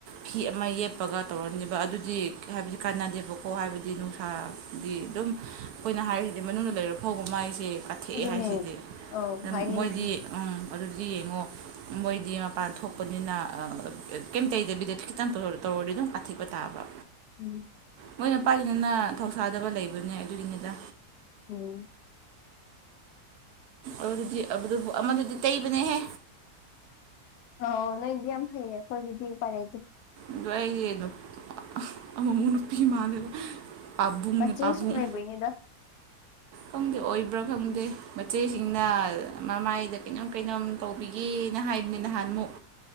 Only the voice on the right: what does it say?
ꯐꯤ ꯑꯃ ꯌꯦꯞꯄꯒ ꯇꯧꯔꯅꯤꯕ ꯑꯗꯨꯗꯤ ꯍꯥꯏꯕꯗꯤ ꯀꯥꯟꯅꯗꯦꯕꯀꯣ ꯍꯥꯏꯕꯗꯤ ꯅꯨꯡꯁꯥ ꯑꯗꯨꯝ ꯑꯩꯈꯣꯏꯅ ꯍꯥꯏꯔꯤꯁꯤꯗꯤ ꯃꯅꯨꯡꯗ ꯂꯩꯔ ꯐꯥꯎꯕ ꯃꯥꯏꯁꯦ ꯀꯠꯊꯦꯛꯑꯦ
ꯍꯥꯏꯁꯤꯗꯤ
ꯑꯝ
ꯃꯣꯏꯗꯤ ꯎꯝ ꯑꯗꯨꯗꯤ ꯌꯦꯡꯉꯣ ꯃꯣꯏꯗꯤ ꯃꯄꯥꯟ ꯊꯣꯛꯄꯅꯤꯅ ꯀꯩꯝꯇꯩꯗꯕꯤꯗ ꯈꯤꯇꯪ ꯇꯧꯔꯗꯤ ꯑꯗꯨꯝ ꯀꯥꯊꯦꯛꯄ ꯇꯥꯕ
ꯃꯣꯏꯅ ꯄꯥꯏꯅꯤꯅ ꯊꯧꯁꯥꯗꯕ ꯂꯩꯕꯅꯦ ꯑꯗꯨꯒꯤꯅꯤꯗ
ꯑꯗꯨꯗꯤ ꯑꯗꯨꯕꯨ ꯑꯃꯗꯨꯗꯤ ꯇꯩꯕꯅꯦꯍꯦ
ꯑꯗꯣ ꯑꯩꯗꯣ ꯑꯃꯨꯛ ꯃꯨꯛ ꯅꯨꯄꯤ ꯃꯥꯜꯂꯦꯕ ꯄꯥꯕꯨꯡꯅꯦ
ꯄꯥꯕꯨꯡ
ꯈꯪꯗꯦ ꯑꯣꯏꯕ꯭ꯔꯥ ꯈꯪꯗꯦ ꯃꯆꯦꯁꯤꯡꯅ ꯃꯃꯥꯏꯗ ꯀꯩꯅꯣꯝ ꯀꯩꯅꯣꯝ ꯇꯧꯕꯤꯒꯦꯅ ꯍꯥꯏꯕꯅꯤ ꯅꯍꯥꯟꯃꯨꯛ